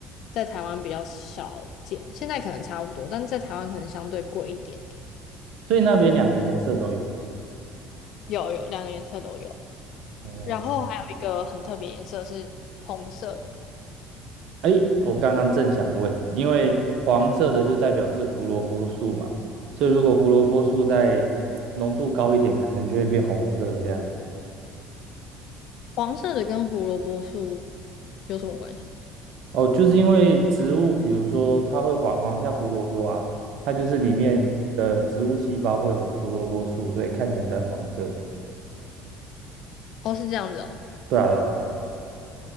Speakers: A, on the left (about 55°); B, on the right (about 55°).
A: 在台湾比较少见，现在可能差不多，但是在台湾可能相对贵一点点。
B: 所以那边两个颜色都有。
A: 有有，两个颜色都有。
B: 哦，
A: 然后还有一个很特别颜色是红色的，
B: 哎，我刚刚正想问，因为黄色的就代表是胡萝卜素嘛，所以如果胡萝卜素再浓度高一点，可能就会变红色这样。
A: 黄色的跟胡萝卜素有什么关系？
B: 哦，就是因为植物，比如说它会黄黄，像胡萝卜啊，它就是里面的植物细胞会有胡萝卜素，所以看起来才会黄色。
A: 哦，是这样子哦。
B: 对啊，对啊，对啊。